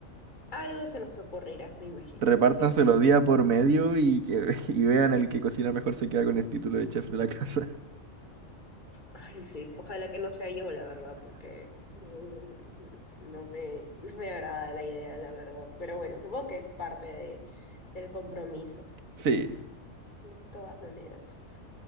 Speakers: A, on the left; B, on the right.
A: algo se nos ocurrirá, me imagino.
B: Repártanse
A: <laughs>
B: los días por medio y que <laughs> y vean el que cocina mejor se queda con el título de chef de la casa.
A: Ay, sí, ojalá que no sea yo, la verdad, porque mm, no me, no me agrada la idea, la verdad. Pero bueno, supongo que es parte de, del compromiso,
B: <laughs> Sí.
A: de todas maneras.